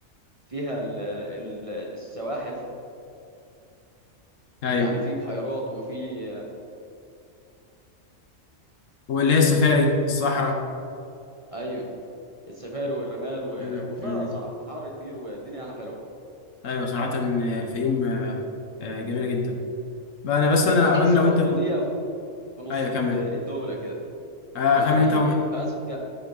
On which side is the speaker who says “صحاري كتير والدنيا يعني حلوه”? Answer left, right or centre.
Right